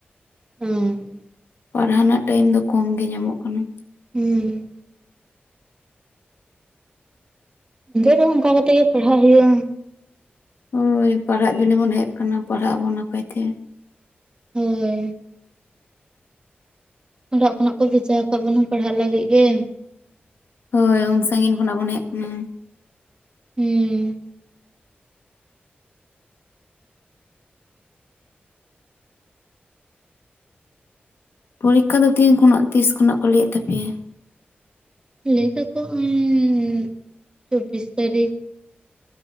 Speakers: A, on the right; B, on the left.
A: ᱦᱩᱸ
B: ᱯᱟᱲᱦᱟᱣ ᱨᱮᱱᱟᱜ ᱴᱟᱭᱤᱢ ᱫᱚ ᱠᱚᱢ ᱜᱮ ᱧᱟᱢᱚᱜ ᱠᱟᱱᱟ᱾
A: ᱦᱩᱸ ᱤᱱᱠᱟᱹ ᱨᱮᱦᱚᱸ ᱚᱱᱠᱟ ᱠᱟᱛᱮᱜ ᱜᱮ ᱯᱟᱲᱦᱟᱜ ᱦᱩᱭᱩᱜ-ᱟ᱾
B: ᱦᱳᱭ ᱯᱟᱲᱦᱟᱜ ᱡᱚᱱᱤ ᱵᱚᱱ ᱦᱮᱡᱽ ᱟᱠᱟᱱᱟ ᱯᱟᱲᱦᱟᱜ ᱟᱵᱚᱱ ᱱᱟᱯᱟᱭ ᱛᱮ᱾
A: ᱦᱳᱭ ᱚᱲᱟᱜ ᱠᱷᱚᱱᱟᱜ ᱠᱚ ᱵᱷᱮᱡᱟ ᱟᱠᱟᱫ ᱵᱚᱱᱟ ᱯᱟᱲᱦᱟᱜ ᱞᱟᱹᱜᱤᱫ ᱜᱮ᱾
B: ᱦᱳᱭ ᱩᱱ ᱥᱟᱺᱜᱤᱧ ᱠᱷᱚᱱᱟᱜ ᱵᱚᱱ ᱦᱮᱡ ᱟᱠᱟᱱᱟ
A: ᱦᱩᱸ
B: ᱯᱚᱨᱤᱠᱠᱷᱟ ᱫᱚ ᱛᱤᱱ ᱠᱷᱚᱱᱟᱜ ᱛᱤᱥ ᱠᱷᱚᱱᱟᱜ ᱠᱚ ᱞᱟᱹᱭᱮᱫ ᱛᱟᱯᱮᱭᱟ
A: ᱞᱟᱹᱭ ᱛᱟᱠᱚ ᱟᱹᱧ ᱪᱚᱵᱵᱤᱥ ᱛᱟᱹᱨᱤᱠᱷ